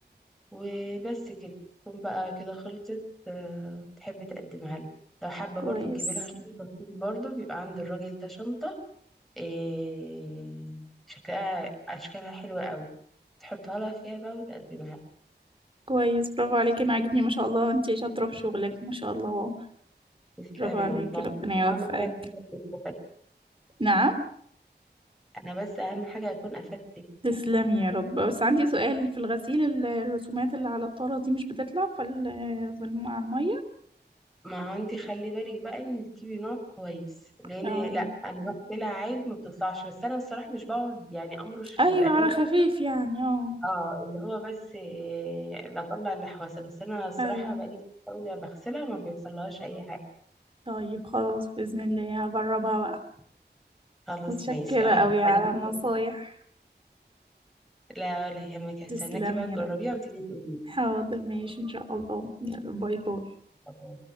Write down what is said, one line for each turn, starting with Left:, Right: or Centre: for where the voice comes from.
Centre: وبس كده تكون بقى كده خلصت آه، تحب تقدمها لها لو حابة
Right: كويس
Centre: برضو تجيبي لها شنطة كتير برضو بيبقى عند الراجل ده شنطة إيه شكلها أشكالها حلوة قوي تحطها لها فيها بقى وتقدمها لها
Right: كويس برافو عليكي انا عاجبني ما شاء الله انتي شاطره في شغلك ما شاء الله
Centre: تسلمي
Right: برافو عليكي
Centre: والله
Right: ربنا
Centre: وأهم
Right: يوفقك
Centre: حاجة أكون بس استفدت
Right: نعم
Centre: أنا بس أهم حاجة أكون أفدتك
Right: تسلمي يا رب بس عندي سؤال في الغسيل ال- الرسومات اللي على الطارة دي مش بتطلع في ال- في الم- على المية
Centre: ما هو أنت خلي بالك بقى إن تجيبي نوع كويس لأن
Right: اه
Centre: لأ أنا رحت لها عيد ما بتطلعش بس أنا بصراحة مش بقعد يعني أمرش في
Right: ايوه
Centre: الألوان
Right: على خفيف يعني اه
Centre: اه اللي هو بس آه، بطلع الحواسة بس انا الصراحة
Right: ايوه
Centre: بقالي كتير قوي بغسلها ما بيحصلهاش اي حاجة
Right: طيب خلاص بإذن الله هجربها بقى
Centre: خلاص
Right: متشكرة
Centre: ماشي آه،
Right: قوي على
Centre: هستناكي
Right: النصايح
Centre: لا ولا يهمك هستناكي
Right: تسلمي
Centre: بقى تجربيها
Right: يا رب
Centre: وتيجي تقولي
Right: حاضر ماشي ان شاء الله يلا باي باي
Centre: لي